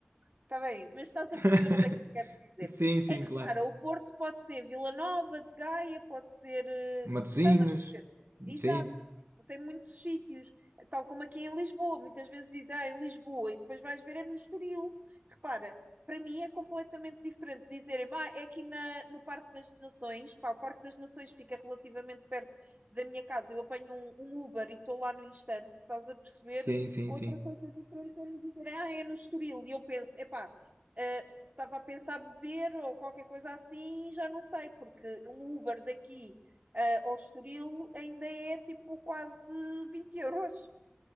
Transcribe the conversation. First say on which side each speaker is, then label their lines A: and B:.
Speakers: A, on the right; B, on the right.
A: Está bem, mas estás
B: <laughs>
A: a perceber onde é que eu quero dizer.
B: Sim, sim,
A: É que
B: claro.
A: repara, o Porto pode ser Vila Nova, de Gaia, pode ser. eh,
B: Matosinhos.
A: Estás a perceber? Exato,
B: Sim,
A: tipo, tem muitos sítios, tal como aqui em Lisboa. Muitas vezes dizem, ah, em Lisboa, e depois vais ver é no Estoril. Repara, para mim é completamente diferente dizerem, ah, é aqui na, no Parque das Nações. Pá, o Parque das Nações fica relativamente perto da minha casa. Eu apanho um, um Uber e estou lá no instante, estás a perceber?
B: sim, sim,
A: Outra
B: sim.
A: coisa diferente é me dizer, ah, é no Estoril. E eu penso, epá, ah, estava a pensar beber ou qualquer coisa assim, já não sei, porque um Uber daqui ah, ao Estoril ainda é tipo quase 20 euros.